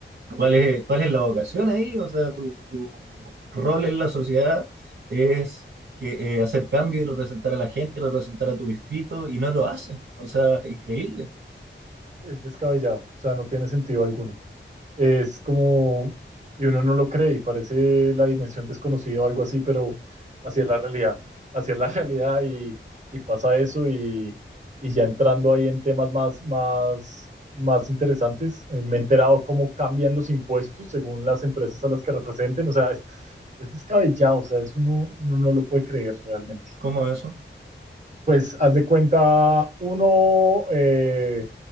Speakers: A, on the right (about 60°); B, on the right (about 35°).
A: ¿Cuál es, cuál es la vocación ahí? O sea, tu, tu rol en la sociedad es que, eh, hacer cambio y representar a la gente, representar a tu distrito, y no lo hacen. O sea, increíble.
B: es descabellado, o sea, no tiene sentido alguno. Es como, y uno no lo cree y parece la dimensión desconocida o algo así, pero así es la realidad, así es la <laughs> realidad y, y pasa eso y, y ya entrando ahí en temas más, más, más interesantes, eh, me he enterado cómo cambian los impuestos según las empresas a las que representen, o sea, es, es descabellado, o sea, es uno, uno no lo puede creer realmente.
A: ¿Cómo es eso?
B: Pues haz de cuenta, uno eh,